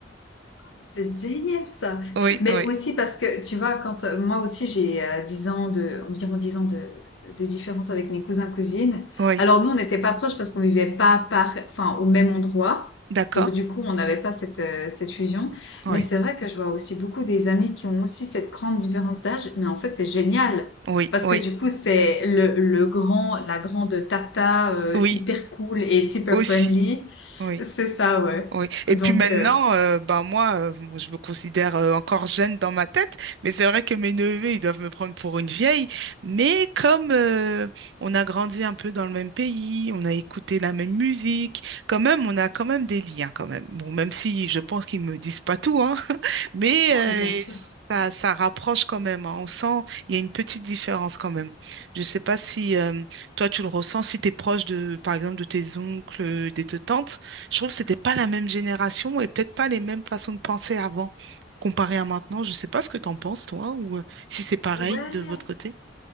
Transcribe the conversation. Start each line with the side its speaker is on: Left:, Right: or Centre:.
Left: C'est génial ça.
Right: Oui,
Left: Mais
Right: oui,
Left: aussi parce que tu vois, quand euh, moi aussi j'ai euh, 10 ans de, environ 10 ans de, de différence avec mes cousins cousines.
Right: oui.
Left: Alors nous, on n'était pas proches parce qu'on vivait pas par, enfin, au même endroit.
Right: D'accord.
Left: Donc du coup, on n'avait pas cette, euh, cette fusion.
Right: Oui,
Left: Mais c'est vrai que je vois aussi beaucoup des amis qui ont aussi cette grande différence d'âge. Mais en fait, c'est génial.
Right: oui,
Left: Parce
Right: oui,
Left: que du coup, c'est le, le grand, la grande tata euh,
Right: oui,
Left: hyper cool et super
Right: aussi.
Left: friendly.
Right: Oui.
Left: C'est ça, ouais.
Right: Oui. Et
Left: Donc,
Right: puis maintenant,
Left: euh,
Right: euh, ben moi, euh, bon, je me considère euh, encore jeune dans ma tête, mais c'est vrai que mes neveux, ils doivent me prendre pour une vieille. Mais comme euh, on a grandi un peu dans le même pays, on a écouté la même musique, quand même, on a quand même des liens, quand même. Bon, même si je pense qu'ils me disent pas tout, hein, <laughs> mais
Left: oui, bien sûr.
Right: euh, ça, ça rapproche quand même. hein. On sent, il y a une petite différence quand même. Je sais pas si euh, toi, tu le ressens, si tu es proche de, par exemple, de tes oncles, de tes tantes. Je trouve que c'était pas la même génération et peut-être pas les mêmes façons de penser avant, comparé à maintenant. Je sais pas ce que t'en penses, toi, ou euh, si c'est pareil
Left: Ouais.
Right: de votre côté.